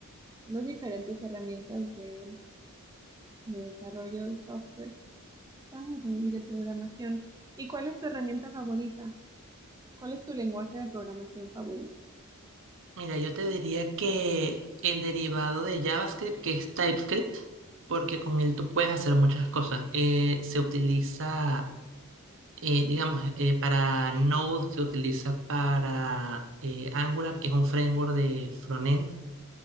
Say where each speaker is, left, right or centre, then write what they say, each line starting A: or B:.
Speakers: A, on the right; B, on the right.
A: las diferentes herramientas de de desarrollo de software padre, y de programación. ¿Y cuál es tu herramienta favorita? ¿Cuál es tu lenguaje de programación favorito?
B: Mira, yo te diría que el derivado de JavaScript, que es TypeScript, porque con él tú puedes hacer muchas cosas. Eh, se utiliza eh, digamos, eh, para Node se utiliza para eh, Angular, que es un framework de frontend.